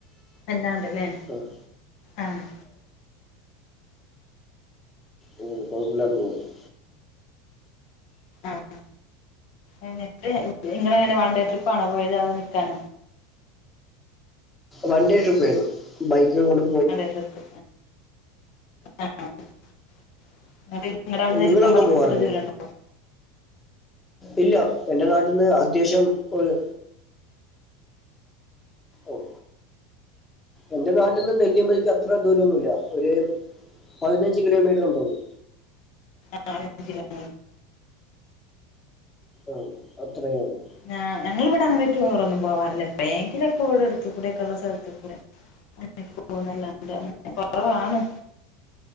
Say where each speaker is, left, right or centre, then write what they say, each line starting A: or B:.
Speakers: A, on the left; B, on the left.
A: എല്ലാം ഉണ്ടല്ലേ
B: ആഹ്
A: ആഹ്
B: ഉം കുഴപ്പം ഇല്ലാത്ത <unintelligible>
A: ആഹ് എന്നിട്ട് നിങ്ങള് എങ്ങനെ വൺഡേ ട്രിപ്പാണോ പോയത് അതോ നിൽക്കാനോ
B: വൺ ഡേ ട്രിപ്പ് ആരുന്നു ബൈക്കില് അങ്ങോട്ട്
A: വൺഡേ ട്രിപ്പ്‌ ആ ആ <unintelligible> നിങ്ങടെ അവിടുന്ന് നെല്ലിയാമ്പതിക്ക്
B: നിങ്ങളൊന്നും പോകാറില്ലേ
A: കുറേ ദൂരം ഉണ്ടോ
B: ഇല്ല എന്റെ നാട്ടീന്ന് അത്യാവശ്യം ഒരു ഓ എന്റെ നാട്ടീന്ന് നെല്ലിയാമ്പതിക്ക് അത്ര ദൂരം ഒന്നുമില്ല ഒരു പതിനഞ്ച് കിലോമീറ്റർ ഉണ്ടാവുള്ളൂ
A: ആഹ് പതിനഞ്ച് കിലോ
B: ആഹ് അത്രേ തന്നേയുള്ളൂ
A: ഞാ ഞങ്ങളിവിടെ അങ്ങനെ ടൂർ ഒന്നും പോവാറില്ല എപ്പഴേങ്കിലുമൊക്കെ ഇവിടെ അടുത്ത് കൂടെ ഒക്കെയുള്ള സ്ഥലത്തു കൂടെ <unintelligible> കുറവാണ്.